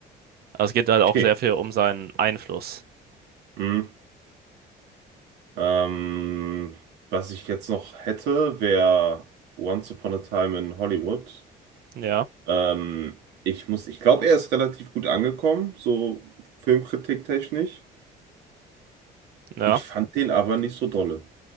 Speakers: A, on the right; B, on the right.
A: Aber es geht halt auch
B: Okay.
A: sehr viel um seinen Einfluss.
B: Hm. Ähm, was ich jetzt noch hätte, wäre Once Upon a Time in Hollywood.
A: Ja,
B: Ähm, ich muss, ich glaube, er ist relativ gut angekommen, so filmkritiktechnisch.
A: ja.
B: Ich fand den aber nicht so dolle.